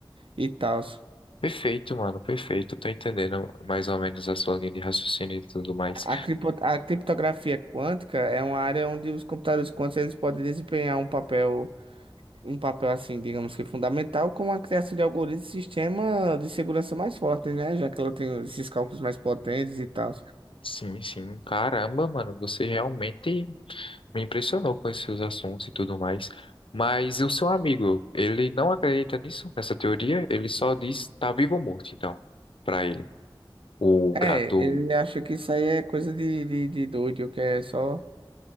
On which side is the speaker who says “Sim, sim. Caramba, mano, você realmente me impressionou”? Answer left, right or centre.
Left